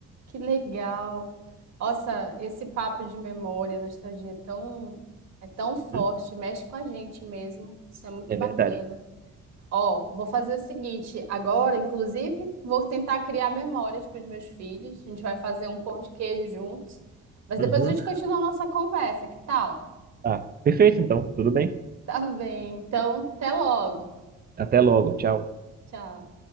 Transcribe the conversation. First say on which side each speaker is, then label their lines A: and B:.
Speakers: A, on the right; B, on the right.
A: Que legal. Nossa, esse papo de memória, nostalgia é tão, é tão
B: Uhum.
A: forte, mexe com a gente mesmo. Isso é muito
B: É
A: bacana.
B: verdade.
A: Ó, vou fazer o seguinte, agora, inclusive, vou tentar criar memórias com os meus filhos. A gente vai fazer um pão de queijo juntos, mas
B: Uhum.
A: depois a gente continua a nossa conversa, que tal? <laughs>
B: Ah, perfeito então. Tudo bem.
A: Tá bem, então, até logo.
B: Até logo. Tchau.
A: Tchau.